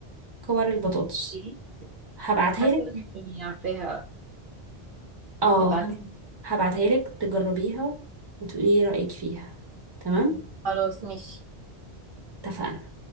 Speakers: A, on the right (about 25°); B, on the right (about 60°).
A: كور البطاطس
B: احكيلي
A: هبعتها
B: حاسة
A: لك
B: اني عارفاها
A: اه
B: ابعتي
A: هب- هبعتها لك تجربيها وتقولي لي رأيك فيها تمام
B: خلاص ماشي
A: اتفقنا